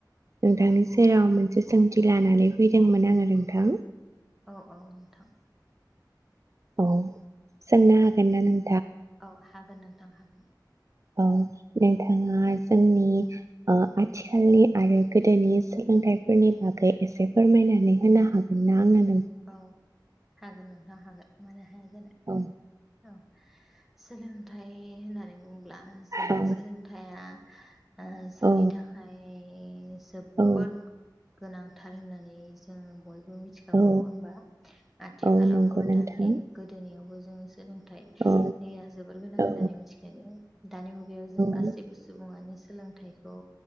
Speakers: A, on the right; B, in the centre.
A: नोंथांनि सेराव
B: औ
A: मोनसे सोंथि लानानै फैदोंमोन आङो नोंथां
B: औ औ नोंथां
A: औ सोंनो हागोन ना नों
B: औ हागोन नों थां हागोन
A: औ नोंथाङा जोंनि ओ आथिखालनि आरो गोदोनि सोलोंथाइफोरनि बागै एसे फोरमायनानै होनो हागोन <unintelligible>
B: औ हागोन नोंथां हागोन माने हाया ज
A: औ
B: औ सोलोंथाइ होननानै बुं ब्ला जों
A: औ
B: सोलोंथाइया ओ जोंनि
A: औ
B: थाखाय <unintelligible> जोबोद
A: औ
B: गोनांथार होननानै जोङो बयबो मिथिगौ
A: औ
B: अ नंआ होमबा आथिखालावबो
A: औ नंगौ नोंथां
B: दानि गोदोनियावबो <unintelligible> सोलोंथाइया
A: औ
B: जोबोर गोनां
A: औ
B: होननानै मिथिखायो दानि मुगायाव जों गासैबो
A: औ
B: सुबुङानो सोलोंथाइ औ